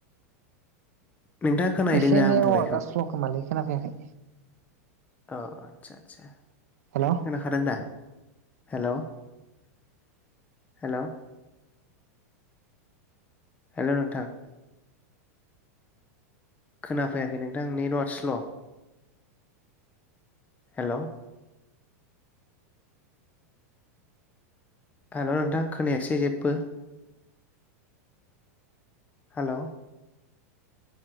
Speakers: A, on the left (about 15°); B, on the right (about 75°).
A: नोंथाङा खोनाहैदों
B: एसे
A: दा
B: नेवार्कआ
A: आं बुंनायखौ
B: स्ल' खोमालै। खोना फैयाखै।
A: अ आतसा-आतसा।
B: हेल'
A: खोनाखादों दा? हेल'-हेल' हेल' नोंथां। खोनाफैयाखै नोंथां नेटवार्क स्ल'। हेल' आर'' नोंथां खोनायासै जेबो। हेल'